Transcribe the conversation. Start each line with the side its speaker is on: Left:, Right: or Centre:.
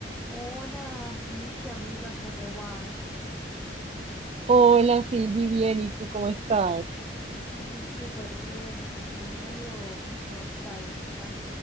Centre: Hola, Vicky, amiga, ¿cómo vas?
Right: Hola, Silvi, bien, ¿y tú cómo estás?
Centre: Mm, súper bien, aquí medio nostálgica,